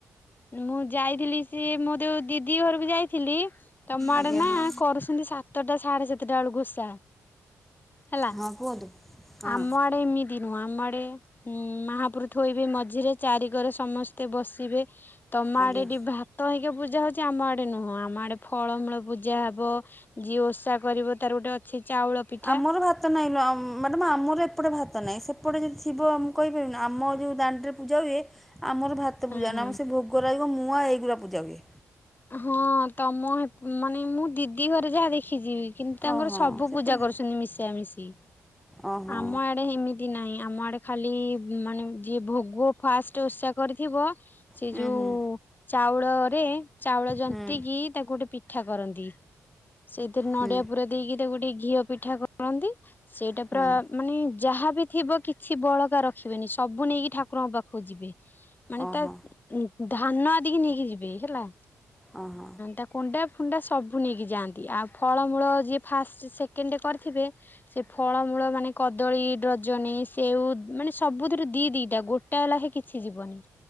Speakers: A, on the left (about 30°); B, in the centre.
A: ମୁଁ ଯାଇଥିଲି ସିଏ ମୋ ଯୋଉ ଦିଦି ଘରକୁ ଯାଇଥିଲି ତମ ଆଡେ
B: ଆଜ୍ଞା
A: ନା
B: ହଁ
A: କରୁଛନ୍ତି ସାତଟା ସାଢେ ସାତଟା ବେଳକୁ ଓଷା। ହେଲା
B: ହଁ କୁହନ୍ତୁ ହଁ
A: ଆମ ଆଡେ ଏମି ଏମିତି ନୁହଁ ଆମ ଆଡ଼େ ମାହାପୁରୁ ଥୋଇବେ ମଝିରେ ଚାରି କରେ ସମସ୍ତେ ବସିବେ। ତମ ଆଡେ
B: ଆଜ୍ଞା
A: ଏ ଟି ଭାତ ହେଇକି ପୂଜା ହଉଛି ଆମ ଆଡେ ନୁହଁ ଆମ ଆଡେ ଫଳମୂଳ ପୂଜା ହବ ଯିଏ ଓଷା କରିବ ତାର ଗୋଟେ ଅଛି ଚାଉ ପିଠା
B: ଆମର ଭାତ ନାଇଁ ମ୍ୟାଡାମ ଆମର ଏ ସେପଟେ ଭାତ ନାହିଁ ସେପଟେ ଯଦି ଥିବ ଆମେ କହିପାରିବୁ ଆମ ଯଉ ଦାଣ୍ଡରେ ପୂଜା ହୁଏ ଆମର ଭା ମତେ ପୂଜା
A: ହଁ ହଁ।
B: ନା ଆମ ସେ ଭୋଗଲାଗିବ ମୁଁଆ ଏଇଗଡ଼ା ପୂଜା ହୁଏ।
A: ହଁ ତମ ମାନେ ମୁଁ ଦିଦି ଘରେ ଯାହା ଦେଖିଛି। କିନ୍ତୁ
B: ଓହୋ
A: ତାଙ୍କର ସବୁ
B: ସେପଟେ
A: ପୂଜା କରୁଛନ୍ତି ମିଶା ମିଶି
B: ଓହୋ
A: ଆମ ଆଡେ ଏମିତି ନାଇଁ ଆମ ଆଡେ ଖାଲି ମାନେ ଯିଏ ଭୋଗ ଫାଷ୍ଟ ଉସା କରିଥିବ। ସେ
B: ହୁଁ
A: ଯୋଉ
B: ହୁଁ
A: ଚାଉଳରେ ଚାଉଳ ଜନ୍ତି
B: ହୁଁ
A: କିି ତାକୁ ଗୋଟେ ପି ପିଠା କରନ୍ତି ସେଇଥିରେ ନଡିଆ
B: ହୁଁ
A: ପୁର ଦେଇକି ତାକୁ ଗୋଟେ ଘିଅ ପିଠା କରନ୍ତି। ସେଇଟା ପୁରା
B: ହୁଁ
A: ମାନେ ଯାହା ବିି ଥିବ କିଛି ବଳକା ରଖିବେନି ସବୁ ନେଇକି ଠାକୁରଙ୍କ ପାଖକୁ ଯିବେ ମାନେ
B: ଓହୋ
A: ତା ଧାନ ଆଦିକି ନେଇକି ଯିବେ ହେଲା।
B: ଅହ।
A: ତା କଣ୍ଡା ଫୁଣ୍ଡା ସବୁ ନେଇକି ଯାଆନ୍ତି ଆଉ ଫଳମୂଳ ଯିଏ ଫାଷ୍ଟ ସେକେଣ୍ଡ କରିଥିବେ ସେ ଫଳମୂଳ ମାନେ କଦଳୀ ଡଜନେ ସେଉ ମାନେ ସବୁଥିରୁ ଦି ଦିଇଟା ଗୋ ଟା ଲାଖେ କିଛି ଯିବନି